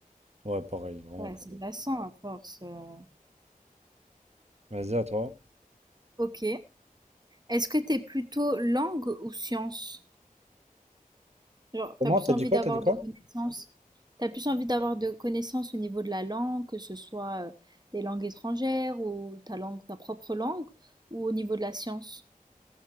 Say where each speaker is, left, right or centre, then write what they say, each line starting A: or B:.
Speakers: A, on the right; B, on the right.
A: Ouais, pareil, vraiment
B: Ouais,
A: pareil.
B: c'est glaçant à force. euh.
A: Vas-y, à toi.
B: Ok. Est-ce que t'es plutôt langue ou science? Genre,
A: Comment?
B: t'as plus
A: T'as
B: envie
A: dit quoi?
B: d'avoir
A: T'as dit quoi?
B: de connaissances, t'as plus envie d'avoir de connaissances au niveau de la langue, que ce soit euh, des langues étrangères ou ta langue, ta propre langue, ou au niveau de la science.